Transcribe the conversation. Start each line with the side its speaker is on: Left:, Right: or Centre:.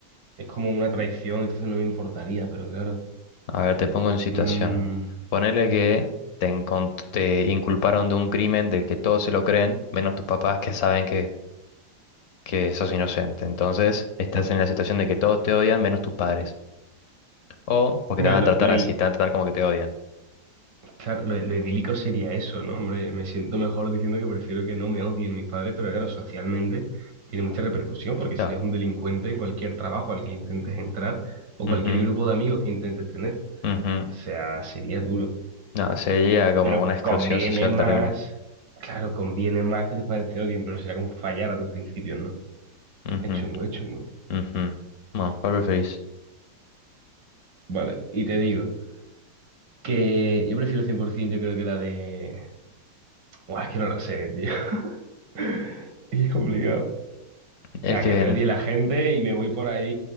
Right: es como una traición, entonces no me importaría, pero claro.
Left: A ver, te pongo en situación.
Right: Mm,
Left: Ponele que te, encon- te inculparon de un crimen del que todos se lo creen, menos tus papás que saben que, que sos inocente. Entonces, estás en la situación de que todos te odian menos tus padres. O porque
Right: Hombre,
Left: te van
Right: lo,
Left: a tratar
Right: lo,
Left: así, te van a tratar como que te odian.
Right: Claro, lo, lo idílico sería eso, ¿no? Hombre, me siento mejor diciendo que prefiero que no me odien mis padres, pero claro, socialmente tiene mucha repercusión porque serías
Left: No,
Right: un delincuente en cualquier trabajo al que intentes entrar o
Left: ujú,
Right: cualquier grupo de amigos que intentes tener.
Left: ujú.
Right: O sea, sería duro.
Left: No, sería como
Right: Pero
Left: una exclusión
Right: conviene
Left: social
Right: más,
Left: terrible.
Right: claro, conviene más que tus padres te odien, pero será como fallar a tus principios, ¿no?
Left: Ujú.
Right: Es chungo, es chungo.
Left: Ujú. No, ¿cuál preferís?
Right: Vale, y te digo que yo prefiero 100%, yo creo que la de... Buah, es que no lo sé, tío. <laughs> Es que es complicado.
Left: Es
Right: Nada,
Left: que,
Right: que me odie la gente y me voy por ahí